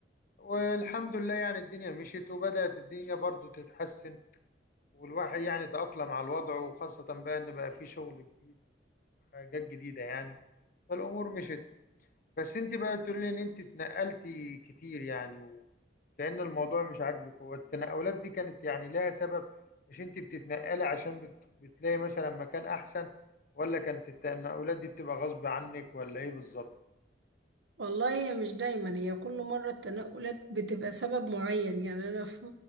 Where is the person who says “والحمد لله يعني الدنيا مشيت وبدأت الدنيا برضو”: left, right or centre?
Left